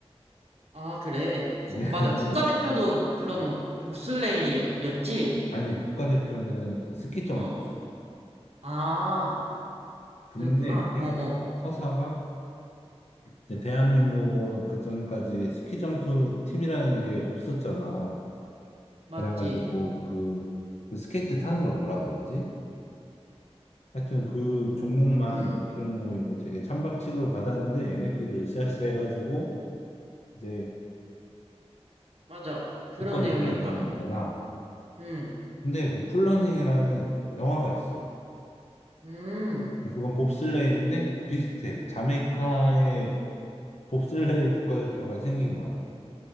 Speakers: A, on the right; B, on the left.
A: 아, 그래.
B: 이제
A: 거-
B: <laughs>
A: 맞아.
B: 근데
A: 국가대표도 그런
B: 어,
A: 보슬레이였지
B: 아니 국가대표는 그 스키 점프.
A: 어, 아,
B: 근데
A: 그랬구나.
B: 이제
A: 어, 어,
B: 서사가 이제 대한민국은 그 전까지 스키 점프 팀이라는 게 없었잖아.
A: 맞지.
B: 그래가지고 그, 그 스케이트 타는 걸 뭐라 그러지? 하여튼 그 종목만
A: 음,
B: 인기 종목이고 되게 찬밥 취급을 받았는데 얘네끼리 으쌰으쌰 해가지고 이제
A: 맞아. 그런
B: 국가대표가
A: 내용이었다.
B: 되는 거잖아.
A: 음,
B: 근데 그 쿨러닝이라는 영화가 있어.
A: 음,
B: 근데 그건 봅슬레이인데 비슷해. 자메이카의 봅슬레이 국가대표가 생긴 거야.